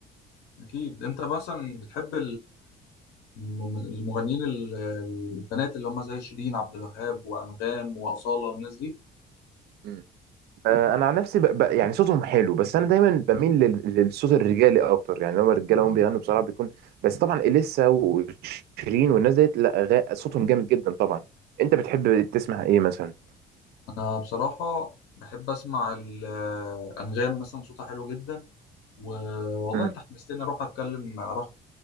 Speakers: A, on the left; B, on the right.
A: أكيد أنت مثلا بتحب الم- المغنيين ال- البنات اللي هم زي شيرين عبد الوهاب وأنغام وأصالة والناس دي
B: مم. آه، انا عن نفسي ب... ب... يعني صوتهم حلو بس انا دايما بميل لل... للصوت الرجالي اكتر يعني لما الرجاله هم بيغنوا بصراحه بيكون بس طبعا اليسا وشيرين والناس ديت لا غ... صوتهم جامد جدا طبعا انت بتحب تسمع ايه مثلا
A: أنا بصراحة بحب أسمع ال- أنغام مثلا صوتها حلو جدا والله
B: مم.
A: أنت حمستني أروح أتكلم أروح